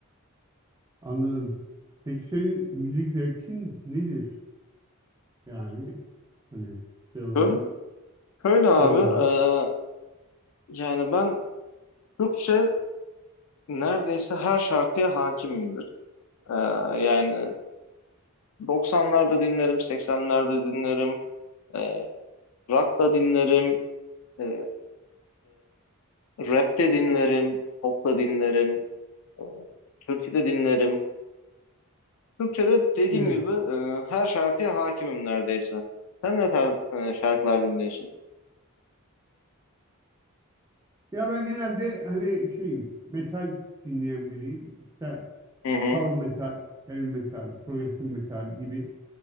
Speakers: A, on the right; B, on the left.
A: anladım. Peki senin müzik zevkin nedir? Yani hani şey olarak.
B: Böyle, böyle abi
A: Genel olarak.
B: e, yani ben Türkçe neredeyse her şarkıya hakimimdir. E, yani 90'larda dinlerim, 80'lerde dinlerim, e, rock da dinlerim, e, Rap de dinlerim, pop da dinlerim, e, türkü de dinlerim. Türkçe'de dediğim
A: Evet.
B: gibi e, her şarkıya hakimim neredeyse. Sen ne tarz e, şarkılar dinliyorsun?
A: Ya ben genelde hani şeyim, metal dinleyen biriyim. İşte
B: Hı hı,
A: power metal, heavy metal, progressive metal gibi